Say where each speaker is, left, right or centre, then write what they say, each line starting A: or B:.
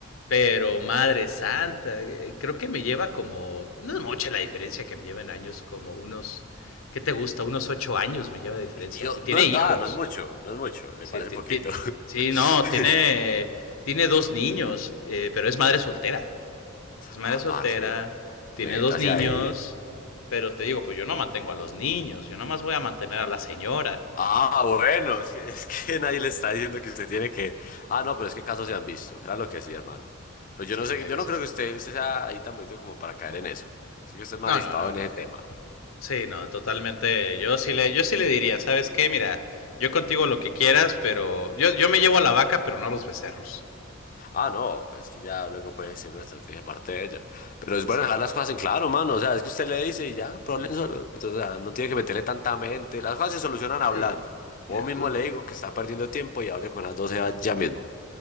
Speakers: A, on the left; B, on the left.
A: pero madre santa, eh, creo que me lleva como, no es mucha la diferencia que me lleva en años, como unos, ¿qué te gusta? Unos ocho años me lleva de diferencia.
B: <laughs> Tío,
A: Y tiene
B: no, es-
A: hijos.
B: ah, no es mucho, no es mucho, le
A: Sí,
B: parece
A: ti-
B: poquito.
A: ti- ti-
B: <laughs>
A: sí, no, tiene, tiene dos niños, eh, pero es madre soltera. Es madre
B: Ah,
A: soltera,
B: parce,
A: tiene
B: métase
A: dos niños,
B: ahí.
A: pero te digo, pues yo no mantengo a los niños, yo nomás voy a mantener a la señora.
B: Ah, bueno, es que, es que nadie le está diciendo que usted tiene que... Ah, no, pero es que casos se han visto, claro lo que sí, hermano. Pues
A: Sí,
B: yo no sé,
A: hay
B: yo
A: veces.
B: no creo que usted, usted sea ahí tan bonito como para caer en eso. Sé que usted es más
A: No,
B: dispado
A: no, no,
B: en
A: no.
B: ese tema.
A: Sí, no, totalmente. Yo sí le, yo sí le diría, ¿sabes qué? Mira, yo contigo lo que quieras, pero yo, yo me llevo a la vaca, pero no a los becerros.
B: Ah, no, pues que ya luego puede ser una estrategia aparte de ella. Pero es
A: Sí,
B: bueno dejar las cosas en claro, mano. O sea, es que usted le dice y ya, problemas solo. O sea, no tiene que meterle tanta mente. Las cosas se solucionan hablando.
A: sí. Mira,
B: Vos mismo le digo que está perdiendo tiempo y hable con las 12 ya mismo.